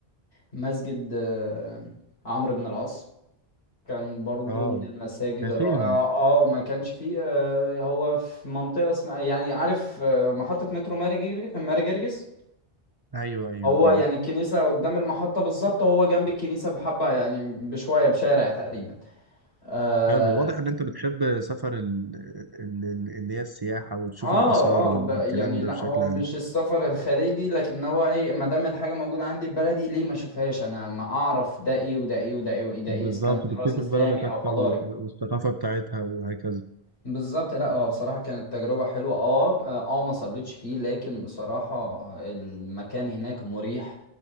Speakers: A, on the left (about 80°); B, on the right (about 30°).
A: مسجد آه، عمرو بن العاص كان برضو
B: اه
A: من المساجد
B: ده
A: الرائعة
B: فين
A: اه ما كانش فيه آه، هو في منطقة اسمها يعني عارف آه، محطة مترو ماري جرج- ماري جرجس
B: ايوه ايوه
A: هو
B: اه
A: يعني الكنيسة قدام المحطة بالظبط هو جنب الكنيسة بحبة يعني بشوية بشارع تقريبا آه،
B: حلو واضح ان انت بتحب سفر ال... ال... ال... اللي هي السياحة وتشوف
A: اه
B: الآثار والكلام
A: اه ب- يعني
B: ده
A: لا
B: بشكل
A: هو مش
B: عام
A: السفر الخارجي لكن هو ايه ما دام الحاجه موجوده عندي في بلدي ليه ما اشوفهاش انا ما اعرف ده ايه وده ايه وده ايه وده ايه ده
B: بالظبط
A: إيه، اذا كان تراث
B: تكتشف
A: اسلامي
B: بلدك اكتر
A: او حضاري
B: و... والثقافة بتاعتها وهكذا
A: بالظبط لا هو بصراحه كانت تجربه حلوه اه اه آه، ما صليتش فيه لكن بصراحه المكان هناك مريح